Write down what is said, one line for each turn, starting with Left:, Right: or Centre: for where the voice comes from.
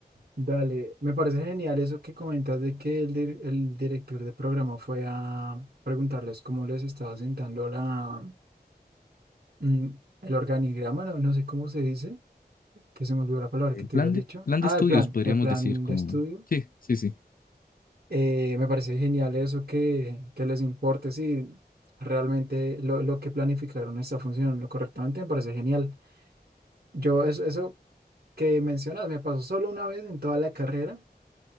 Right: Dale, me parece genial eso que comentas de que el, dir- el director de programa fue a preguntarles cómo les estaba sentando la, mm, el organigrama, no, no sé cómo se dice, que se me olvidó la palabra
Left: El
Right: que te
Left: plan
Right: había dicho.
Left: de, plan
Right: Ah,
Left: de estudios,
Right: el plan,
Left: podríamos
Right: el plan
Left: decir, como...
Right: de estudio.
Left: Sí, sí, sí.
Right: Eh, me parece genial eso que, que les importe si realmente lo, lo que planificaron está funcionando correctamente, me parece genial. Yo eso, eso que mencionas, me pasó solo una vez en toda la carrera,